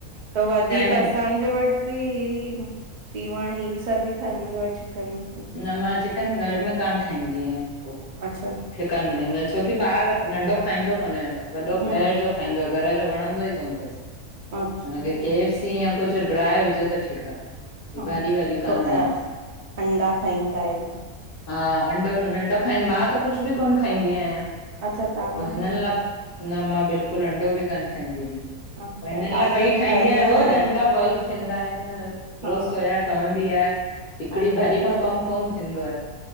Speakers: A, on the right; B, on the left.
A: त वधीक
B: टाइम
A: असांजे वटि बि आ तीवंण ई सभु ठईंदो आ चिकन- विकन।
B: न मां चिकन घर में कान ठाहींदी आहियां।
A: अच्छा
B: चिकन मिलंदो आ, छोकी ॿार नंढो खाईंदो कोन्हे, वॾो
A: हम्म
B: ॿाहिरि जो खाईंदो आ। घर जो वणंदो ई कोन तसि
A: अच्छा
B: हुनखे
A: हम्म
B: के एफ‌ सी ई या कुछ ड्राए हुजेव त ठीकु आ, हे
A: अच्छा
B: भाॼी वाॼी
A: तो
B: कान वणेसि।
A: अ अंडा खाईंदा आहिन।
B: हा अंडो नंडो खाई, मां त कुछ बि कोन खाईंदी आहियां।
A: अच्छा तव्हां
B: पो
A: न
B: हिननि
A: खाईंदा आहियो?
B: लाइ न मां बिल्कुलु अंडो बि कान खाईंदी आहियां।
A: अच्छा
B: पो हिननि
A: तव्हांजे
B: लाइ पई
A: घर
B: ठाहींदी आहियां
A: में
B: रोज़ु
A: न हल
B: अंडा बॉयल थींदा आहिनि।
A: हा
B: रोज़ सोया ठवंदी आ। हिकिड़ी
A: अच्छा
B: भाॼ
A: ईअं
B: कमु कोन थींदो आये।